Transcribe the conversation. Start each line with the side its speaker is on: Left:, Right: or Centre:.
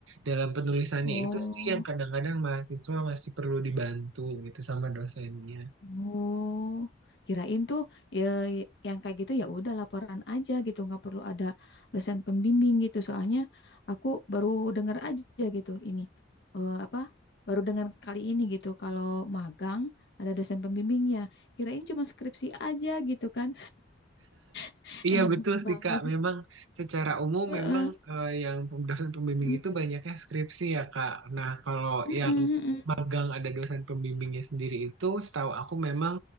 Right: dalam penulisannya
Left: Oh.
Right: itu sih yang kadang-kadang mahasiswa masih perlu dibantu gitu sama dosennya
Left: Oh, kirain tuh ya yang kayak gitu ya udah laporan aja gitu, nggak perlu ada dosen pembimbing gitu. Soalnya aku baru dengar aja gitu ini eh, apa? Baru dengar kali ini gitu kalau magang ada dosen pembimbingnya. Kirain cuma skripsi aja gitu kan. <laughs>
Right: iya
Left: Enak
Right: betul
Left: banget.
Right: sih Kak memang secara umum
Left: Heeh.
Right: memang eh, yang dosen pembimbing
Left: Mm-mm.
Right: itu banyaknya skripsi ya Kak nah kalau
Left: Mm-mm,
Right: yang
Left: mm-mm,
Right: magang ada dosen pembimbingnya sendiri itu setahu aku memang